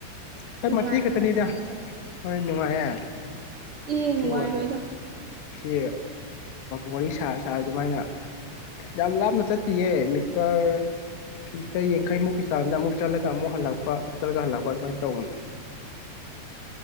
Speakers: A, on the left (about 65°); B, on the right (about 65°).
A: ꯍꯣꯏ
B: ꯅꯨꯡꯉꯥꯏꯕ꯭ꯔꯣ
A: ꯃꯇꯦ ꯈꯛꯇꯅꯤꯗ
B: ꯅꯊꯟꯗ
A: ꯍꯣꯏ ꯅꯨꯡꯉꯥꯏꯌꯦ
B: ꯏ ꯅꯨꯡꯉꯥꯏꯔꯣꯏꯗ
A: ꯁꯤ ꯋꯥ ꯁꯤ ꯋꯥꯔꯤ ꯁꯥꯔ ꯁꯥꯔ ꯑꯗꯨꯃꯥꯏꯅ ꯌꯥꯝ ꯂꯥꯞꯅ ꯆꯠꯇꯌꯦ ꯃꯤꯠ ꯇꯔꯇ ꯌꯥꯡꯈꯩꯃꯨꯛꯀꯤ ꯆꯥꯡꯗ ꯑꯃꯨꯛ ꯆꯠꯂꯒ ꯑꯃꯨꯛ ꯍꯜꯂꯛꯄ ꯑꯃꯨꯛ ꯆꯠꯂꯒ ꯍꯜꯂꯛꯄ ꯑꯗꯨꯃꯥꯏꯅ ꯇꯧꯕꯅꯦ